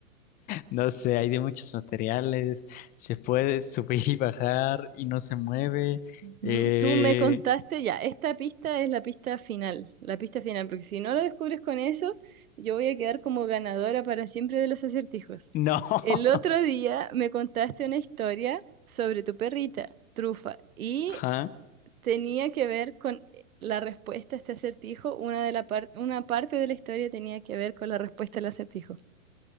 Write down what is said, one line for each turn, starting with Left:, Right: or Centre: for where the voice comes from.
Left: No sé, hay de muchos materiales, se puede subir y bajar y no se mueve.
Right: Ujú,
Left: Eh,
Right: Tú me contaste ya, esta pista es la pista final, la pista final, porque si no lo descubres con eso, yo voy a quedar como ganadora para siempre de los acertijos.
Left: no. <laughs>
Right: El otro día me contaste una historia sobre tu perrita, Trufa, y
Left: Ajá.
Right: tenía que ver con eh, la respuesta a este acertijo, una de la par- una parte de la historia tenía que ver con la respuesta al acertijo.